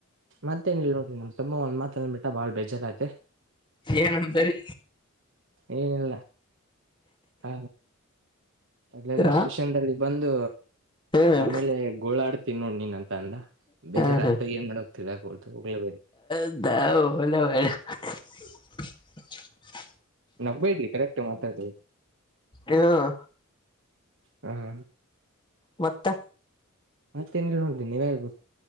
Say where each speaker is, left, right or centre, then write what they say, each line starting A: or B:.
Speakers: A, on the right; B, on the left.
A: ಮತ್ತೇನ್ ಹೇಳೋದ್ರಿ ನಮ್ ತಮ್ಮ ಒಂದ್ ಮಾತ್ ಅಂದ್ಬಿಟ್ಟ ಬಾಳ್ ಬೇಜಾರಯ್ತ.
B: ಏನಂದರಿ.
A: ಏನಿಲ್ಲ ಹ ರೈಲ್ವೆ
B: ಹ
A: ಸ್ಟೇಷನಲ್ಲಿ. ಬಂದು
B: ಹ್ಮ್
A: ಆಮೇಲೆ ಗೋಳಡ್ತೀ ನೋಡ್ ನೀನ್ ಅಂತ ಅಂದ. ಬೇಜಾರತ್ತು
B: ಹ್ಮ್
A: ಏನ್ ಮಾಡಕ್ ತಿಳಿಯಕೊಲ್ದು ಹೋಗ್ಲೇ
B: <inaudible>
A: ನಾಗ್ಬೇಡ್ರಿ ಕರೆಕ್ಟ ಮಾತಾ ಅದು
B: ಹ್ಮ್
A: ಹ ಹ.
B: ಮತ್ತ.
A: ಮತ್ತೇನ್ ಹೇಳೊನ್ರಿ ನೀವ ಹೇಳ್ಬಕ್.